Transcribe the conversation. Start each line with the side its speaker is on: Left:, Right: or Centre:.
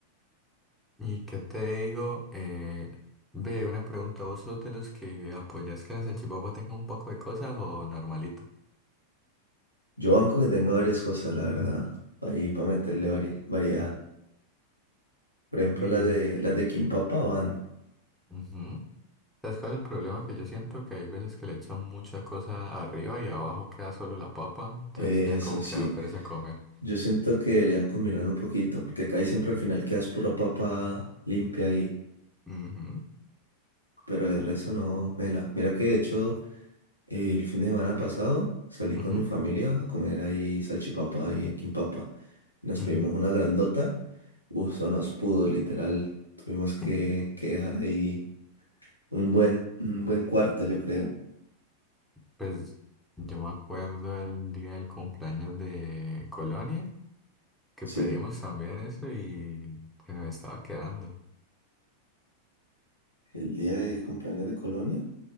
Centre: ¿Y qué te digo? Eh, ve, una pregunta, ¿vos sos de los que apoyas que la salchipapa tenga un poco de cosas o normalito?
Left: Yo banco que tenga varias cosas, la verdad, ahí para meterle vari- variedad. Por ejemplo,
Centre: Y
Left: las
Centre: el...
Left: de, las de Kimpapa van.
Centre: ujú. ¿Sabes cuál es el problema que yo siento? Que hay veces que le echan mucha cosa arriba y abajo queda solo la papa, entonces
Left: Eso
Centre: ya como
Left: sí,
Centre: que da pereza comer.
Left: yo siento que deberían combinarlo un poquito, porque acá siempre al final quedas pura papa limpia ahí,
Centre: Ujú,
Left: pero de resto no, mela. Mira que de hecho... El fin de semana pasado salí
Centre: ujú,
Left: con mi familia a comer ahí salchipapa y en Quimpapa. Nos
Centre: ujú.
Left: pedimos una grandota. Uf, eso nos pudo, literal. Tuvimos que,
Centre: <laughs>
Left: que dejar ahí un buen, un buen cuarto, yo creo.
Centre: Pues yo me acuerdo el día del cumpleaños de Colonia, que
Left: Sí,
Centre: pedimos también eso y se nos estaba quedando.
Left: el día del cumpleaños de Colonia.